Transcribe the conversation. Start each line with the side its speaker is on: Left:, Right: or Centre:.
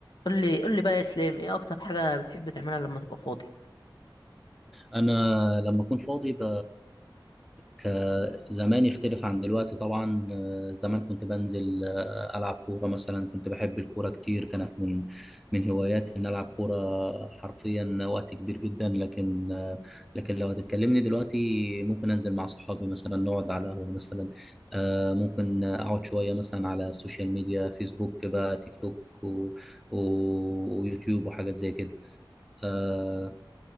Left: قول لي قول لي بقى يا اسلام ايه اكتر حاجه بتحب تعملها لما تبقى فاضي
Centre: انا لما اكون فاضي ب... ك زمان يختلف عن دلوقتي طبعا آه، زمان كنت بنزل آه، العب كوره مثلا كنت بحب الكوره كتير كانت من من هواياتي ان العب كوره حرفيا وقت كبير جدا لكن آه، لكن لو هتتكلمني دلوقتي ممكن انزل مع صحابي مثلا نقعد على قهوه مثلا آه، ممكن اقعد شويه مثلا على السوشيال ميديا فيسبوك بقى تيك توك و... و... ويوتيوب وحاجات زي كده آه،